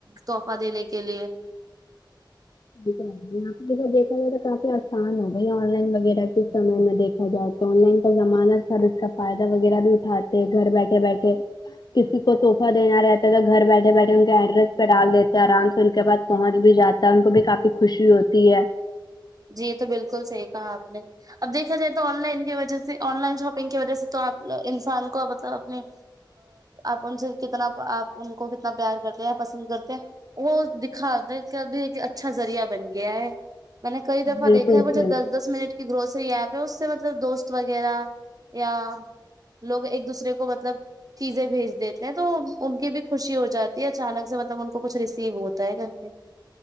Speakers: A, on the right; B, on the left.
A: تحفہ دینے کے لیے
B: یہاں پہ دیکھا جائے تو کافی آسان ہو بھائی آن لائن وغیرہ کے سمے میں دیکھا جائے تو آن لائن کا زمانہ تھا ا اس کا فائدہ وغیرہ بھی اٹھا گھر بیٹھے بیٹھے کسی کو تحفہ دینا رہتا تھا گھر بیٹھے بیٹھے ان کے ایڈریس پہ ڈال دیتے ہیں آرام سے ان کے پعد پہنچ بھی جاتا ہے ان کو بھی کافی خوشی ہوتی ہے
A: جی یہ تو بالکل صحیح کہا آپ نے اب دیکھا جائے تو آن لائن کی وجہ سے آن لائن شاپنگ کی وجہ سے تو آپ انسان کو مطلب اپنی آپ ان سے کتنا آپ ان کو کتنا پیار کرتے ہیں یا پسند کرتے ہیں وہ دکھا د کہ ایک اچھا ذریعہ بن گیا ہے میں نے کئی دفعہ
B: بالکل
A: دیکھا ہے وہ
B: صحیح
A: جو دس دس منٹ کے گروسری ایپ ہے اس سے مطلب دوست وغیرہ یا لوگ ایک دوسرے کو مطلب چیزیں بھیج دیتے ہیں تو ان کی بھی خوشی ہو جاتی ہے اچانک سے مطلب ان کو کچھ ریسیو ہوتا ہے کر کے